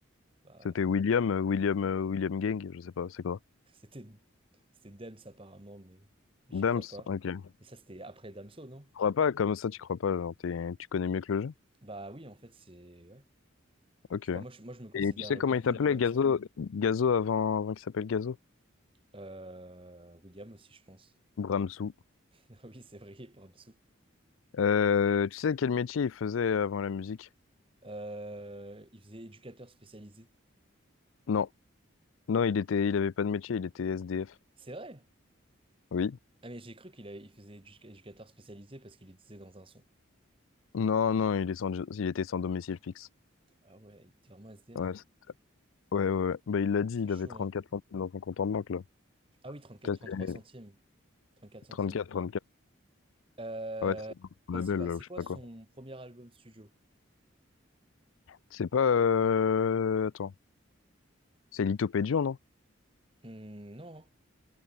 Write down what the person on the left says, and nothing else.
C'était William, euh, William, euh, William Gang, je sais pas, c'est quoi?
Dems,
ok. Tu
crois pas, comme ça, tu crois pas, genre, t'es- tu connais mieux que le jeu?
Ok.
Et tu sais comment
il
s'appelait,
Gazo,
Gazo avant, avant qu'il s'appelle Gazo?
Bramsou.
Euh, tu sais quel métier il faisait avant la musique?
Non. Non, il était, il avait pas de métier, il était SDF.
Oui.
Non, non, il est sans, il était sans domicile fixe.
Ouais, c'est- ouais, ouais. ouais. Bah, il l'a dit,
il
avait trente
quatre centimes dans son compte en banque, là.
Peut-être
euh,
trente quatre
Ouais, c'est son
label,
là,
ou je
sais pas
quoi.
C'est pas... euh, Attends. C'est Litopédion, non?